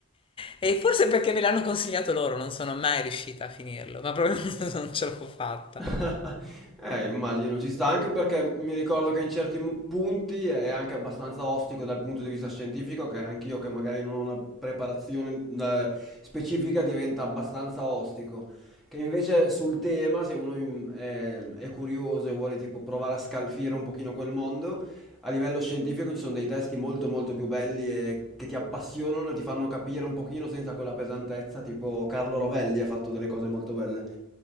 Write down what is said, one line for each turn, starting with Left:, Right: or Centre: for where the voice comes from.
Left: E forse perché me l'hanno consigliato loro, non sono mai riuscita a finirlo, ma proprio <laughs> non ce l'ho fatta.
Centre: <laughs> Eh, immagino, ci sta anche perché mi ricordo che in certi mu- punti è anche abbastanza ostico dal punto di vista scientifico, che anche io che magari non ho una preparazione eh, specifica diventa abbastanza ostico. Che invece sul tema, se uno mm, è, è curioso e vuole tipo provare a scalfire un pochino quel mondo, a livello scientifico ci sono dei testi molto molto più belli e che ti appassionano, e ti fanno capire un pochino senza quella pesantezza, tipo Carlo Rovelli ha fatto delle cose molto belle,